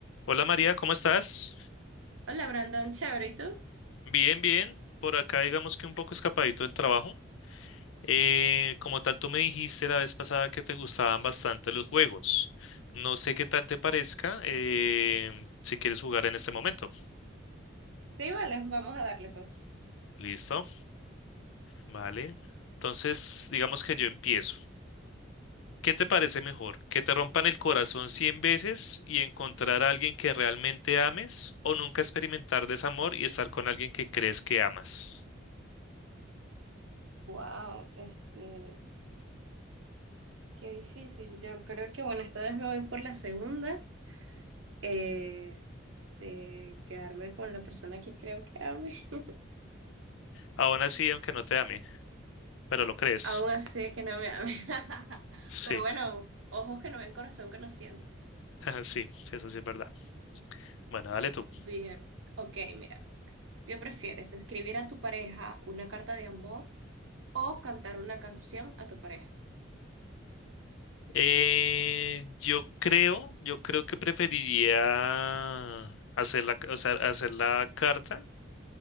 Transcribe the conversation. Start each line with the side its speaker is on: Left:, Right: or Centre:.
Left: Hola María, ¿cómo estás?
Right: Hola Brandon, chévere, ¿y tú?
Left: Bien, bien. Por acá digamos que un poco escapadito del trabajo. Eh, como tal, tú me dijiste la vez pasada que te gustaban bastante los juegos. No sé qué tal te parezca eh, si quieres jugar en este momento.
Right: Sí, vale, vamos a darle pues.
Left: ¿Listo? Vale. Entonces, digamos que yo empiezo. ¿Qué te parece mejor? ¿Que te rompan el corazón 100 veces y encontrar a alguien que realmente ames o nunca experimentar desamor y estar con alguien que crees que amas?
Right: Wow, este, qué difícil. Yo creo que bueno, esta vez me voy por la segunda, eh, de quedarme con la persona que creo que ame. <laughs>
Left: Aún así, aunque no te ame, pero lo crees.
Right: Aún así es que no me ame. <laughs>
Left: Sí,
Right: Pero bueno, ojos que no ven, corazón que no siente.
Left: <laughs> sí, sí, eso sí es verdad. Bueno, dale tú.
Right: Bien, ok, mira, ¿qué prefieres? ¿Escribir a tu pareja una carta de amor o cantar una canción a tu pareja?
Left: Eh, yo creo, yo creo que preferiría hacer la, o sea, hacer la carta,